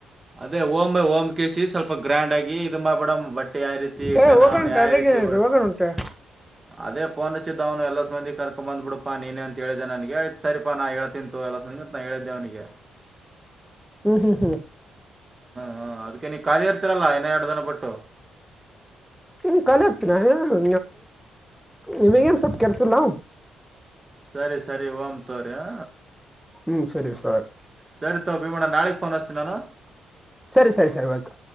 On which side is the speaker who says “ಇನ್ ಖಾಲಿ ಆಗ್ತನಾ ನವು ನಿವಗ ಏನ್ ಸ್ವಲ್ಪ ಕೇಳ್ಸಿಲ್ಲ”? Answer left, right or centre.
Centre